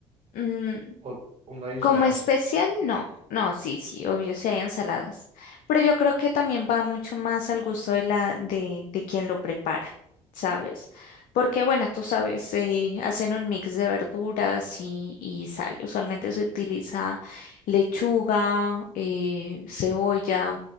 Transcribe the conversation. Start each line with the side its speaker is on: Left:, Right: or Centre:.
Left: mm,
Right: ¿O, o no hay ensaladas?
Left: Como especial, no. No, sí, sí, obvio, sí hay ensaladas. Pero yo creo que también va mucho más al gusto de la, de, de quien lo prepara, ¿sabes? Porque, bueno, tú sabes, eh, hacen un mix de verduras y, y sal. Usualmente se utiliza lechuga, eh, cebolla,